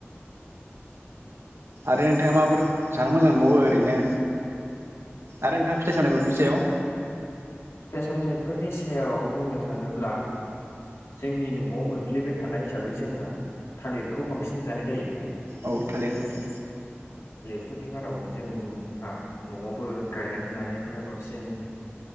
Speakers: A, on the right; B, on the left.
A: आरो नोंथाङा माबाफोर जानो मोजां मोनबावो ओरैनो आरो नोंथाङा फिथाइ सामथाइफोरनि सायाव
B: फिथाइ सामथाइफोरनि सायाव बुंनो थाङोब्ला जोंनि नआव मोनफ्लेबाय थानाय हिसाबै जोंहा थालिरखौ बांसिन जानाय जायो।
A: औ थालिर औ औ
B: फोरनि मादाव जोंहा न'आवबो गायनानै लानायफोरा बांसिन